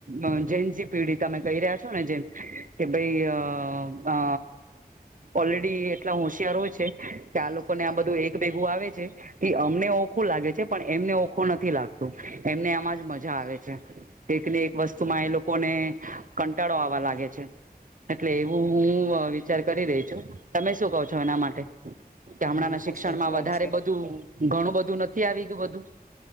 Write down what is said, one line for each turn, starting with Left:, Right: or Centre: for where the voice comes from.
Right: અ ઝેન જી પેઢી, તમે કહી રહ્યા છો ને જેમ કે ભાઈ અ અ ઓલરેડી એ એટલા હોશિયાર હોય છે. કે આ લોકોને આ બધું એક ભેગું આવે છે. એ અમને ઓખું લાગે છે, પણ એમને ઓખું નથી લાગતું, એમને આમાં જ મજા આવે છે. એક ને એક વસ્તુમાં એ લોકોને કંટાળો આવવા લાગે છે. એટલે એવું હું અ વિચાર કરી રહી છું, તમે શું કહો છો એના માટે?
Left: હા
Right: કે હમણાંના
Left: બિલકુલ
Right: શિક્ષણ
Left: સાચી
Right: માં
Left: વાત
Right: વધારે
Left: છે
Right: બધું, ઘણું બધું નથી આવી ગયું બધું.